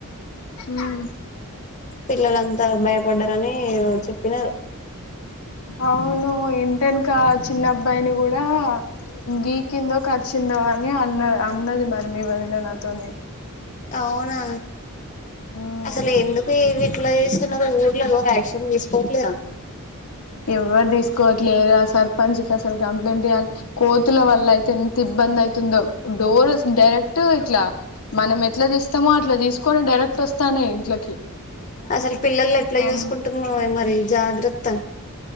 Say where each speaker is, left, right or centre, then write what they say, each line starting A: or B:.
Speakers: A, on the left; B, on the left.
A: ఉమ్
B: పిల్లలంతా భయపడ్డారని కి యోత్ చెప్పినారు
A: అవును ఇంటవెనుకా చిన్న అబ్బాయిని గూడా గికిందో కర్ చిందో అని అన్న అన్నది మరి మీ వదిన నాతోనే
B: అవునా
A: ఉమ్
B: అసలు ఎందుకు ఇవి అట్లా చేస్తున్నారు ఊర్లో ఎవరు యాక్షన్ తీసుకోవట్లేరా
A: ఎవ్వరు దిస్ కోట్లే ఆ సర్పంచ్ క్ అసలు కంప్లైంట్ ఇయ్యాలి కోతుల వల్ల అయితే ఎంత ఇబ్బంది అవుతుందో డోర్ డైరెక్ట్ ఇట్లా మనం ఎట్లా తీస్తామో అట్లా తీసుకొని డైరెక్ట్ వస్తానాయి ఇంట్లకి
B: అసలు పిల్లలు ఎట్లా
A: ఆ
B: చూసుకుంటున్నావే మరి జాగ్రత్త